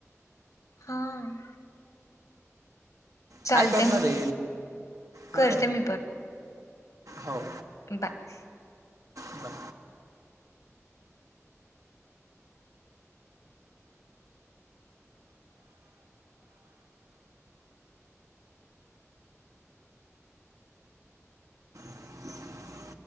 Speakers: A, on the left (about 85°); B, on the right (about 85°).
A: हां चालते
B: काय करणारे
A: मग
B: हा
A: करते मी
B: हो
A: बर.
B: बाय <inaudible>